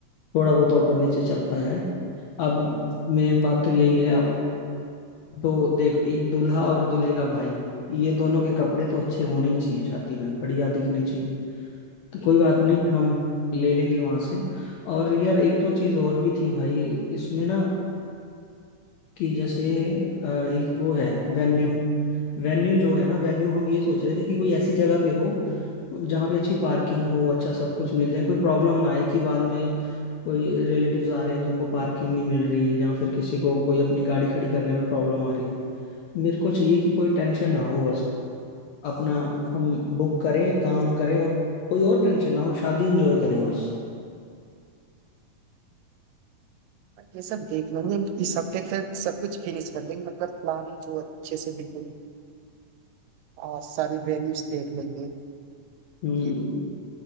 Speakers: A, on the left; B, on the right.
A: थोड़ा बहुत तो ऊपर नीचे चलता है अब मेन बात
B: हाँ,
A: तो यही है अब तो देख एक दूल्हा और दूल्हे का भाई ये दोनों के कपड़े तो अच्छे होने ही चाहिए शादी में बढ़िया दिखने चाहिए तो कोई बात नहीं हम ले लेंगे वहां से और यार एक दो चीज और भी थी भाई इसमें ना कि जैसे अ, एक वो है वेन्यू
B: और ये
A: वेन्यू जो है ना वेन्यू हम ये सोच रहे थे कि कोई ऐसी जगह पे हो जहाँ पे अच्छी पार्किंग हो अच्छा सब कुछ मिल जाए कोई प्रॉब्लम ना आए कि बाद में कोई रिलेटिव्स आ रहे हैं तो उनको पार्किंग नहीं मिल रही या फिर किसी को कोई अपनी गाड़ी खड़ी करने में प्रॉब्लम आ रही है मेरे को चाहिए कि कोई टेंशन ना हो बस अपना हम बुक करें काम
B: ये
A: करें और कोई और टेंशन ना हो शादी इंजॉय करें बस
B: ये सब देख लेंगे इस हफ्ते तक सब कुछ फिनिश कर देंगे मतलब प्लानिंग जो अच्छे से बिल्कुल और सारी वेन्यूज देख लेंगे
A: हम्म
B: फिर